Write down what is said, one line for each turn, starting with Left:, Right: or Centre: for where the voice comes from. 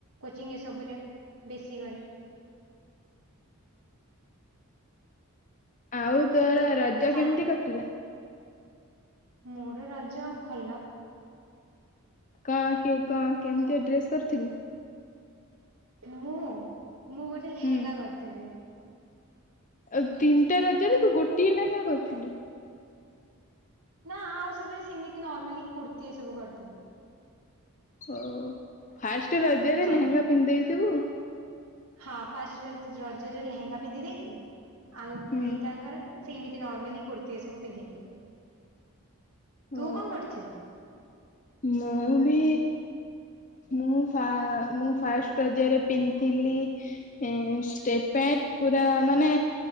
Right: କୋଚିଂ ଏ ସବୁରେ ବେଶୀ କରେ।
Left: ଆଉ ତୋର ରଜ
Right: ସାନ୍
Left: କେମିତି କଟିଲା?
Right: ମୋର ରଜ ଭଲ।
Left: କଣ କି, କଣ କେମିତିଆ,
Right: ନୁ
Left: ଡ୍ରେସ କରିଥିଲୁ?
Right: ମୁଁ, ମୁଁ ଗୋଟେ ଲେହେଙ୍ଗା
Left: ହୁଁ
Right: କରିଥିଲି।
Left: ଆଉ ତିନିଟା ରାଜରେ ତୁ ଗୋଟିଏ ଲେହେଙ୍ଗା କରିଥିଲୁ?
Right: ନା ଆଉ ସବୁରେ ସେମିତି ନର୍ମାଲି କୁର୍ତ୍ତିୀ ଏ ସବୁ କରିଥିଲେ।
Left: ଓ ଫାଷ୍ଟ ରଜରେ
Right: ହଁ
Left: ଲେହେଙ୍ଗା ପିନ୍ଧିଦେଇଥିବୁ?
Right: ହଁ ଫାଷ୍ଟ ରଜ ରଜରେ ଲେହେଙ୍ଗା ପିନ୍ଧି ଦେଇଥିଲି ଆଉ
Left: ହୁଁ
Right: ଦିଟାଙ୍କର ସେମିତି ନାର୍ମାଲୀ କୁର୍ତ୍ତୀ ଏ ସବୁ ପିନ୍ଧି ନେଇଥିଲି। ତୁ
Left: ଓ
Right: କଣ, କରିଥିଲୁ?
Left: ମୁଁ ବି ମୁଁ ଫା, ମୁଁ ଫାଷ୍ଟ ରଜରେ ପିନ୍ଧଥିଲି। ହ ଷ୍ଟେଟ ପ୍ୟା <unintelligible> ପୁରା ମାନେ